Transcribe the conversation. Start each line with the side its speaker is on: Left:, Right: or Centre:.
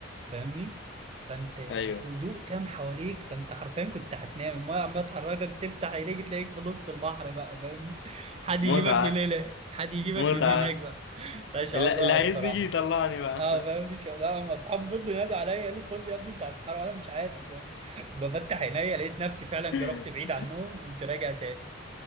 Right: فاهمني فانت
Left: ايوه
Right: هدوء تام حواليك فانت حرفيا كنت هتنام المايه عماله تحركك تفتح عينيك تلاقيك في نص البحر بقى فاهمني <laughs> حد
Left: متعة
Right: يجيبك من هنا حد يجيبك
Left: متعة
Right: من هناك بقى ده شعور
Left: اللي
Right: رائع
Left: اللي عايزني
Right: بصراحه
Left: يجي يطلعني بقى
Right: اه فاهمني شا- لا اصحابي فضلوا ينادوا عليا قالوا لي خد يا ابني انت هتحرق وانا مش عايز فاهم <laughs> بفتح عينيا لقيت نفسي فعلا جرفت
Left: <laughs>
Right: بعيد عنهم قمت راجع تاني